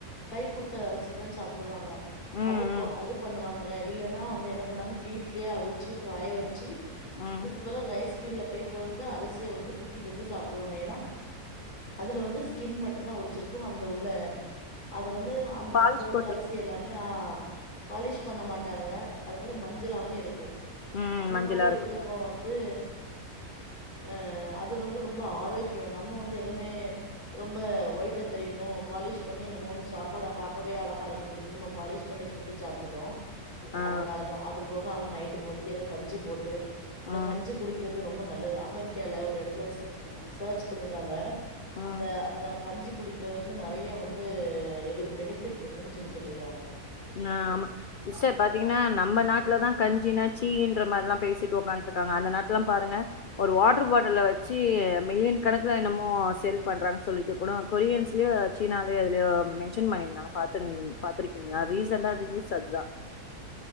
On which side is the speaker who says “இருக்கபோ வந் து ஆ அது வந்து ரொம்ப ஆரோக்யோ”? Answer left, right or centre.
Left